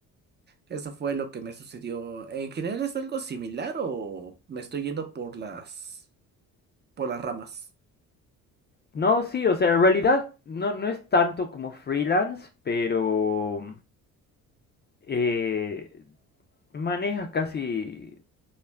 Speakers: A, on the right (about 30°); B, on the left (about 30°).
A: eso fue lo que me sucedió. ¿En general es algo similar o me estoy yendo por las, por las ramas?
B: No, sí, o sea, en realidad no, no es tanto como freelance, pero eh, maneja casi